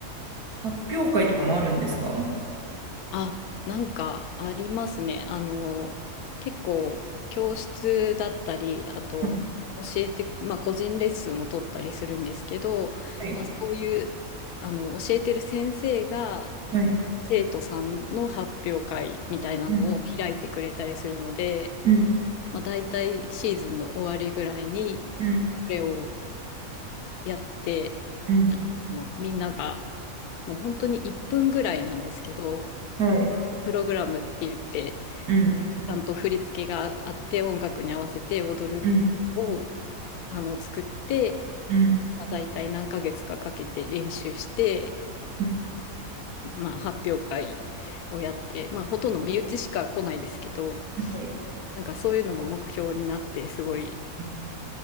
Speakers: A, on the right; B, on the left.
A: 発表会とかもあるんですか
B: あ、なんかありますね。あの、結構教室だったり、あと教えて、
A: はい。
B: まあ個人レッスンを取ったりするんですけど、
A: はい。
B: まあ、そういう、あの、教えてる先生が
A: はい。
B: 生徒さんの発表会みたいなのを開いてくれたりするので、
A: うんうん
B: まあ、大体シーズンの終わりぐらいに、こ
A: うん
B: れをやって、
A: うん。
B: もうみんなが、もう本当に1分ぐらいなんですけど、
A: はい。
B: プログラムって言って、ち
A: うん
B: ゃんと振り付けがあって、音楽に合わせて踊るを
A: うん
B: あの作って、
A: うん
B: まあ、大体何ヶ月かかけて練習して、
A: うん。
B: まあ、発表会をやって、まあ、ほとんど身内しか来ないですけど、
A: はい。
B: なんかそういうのも目標になって、すごい
A: い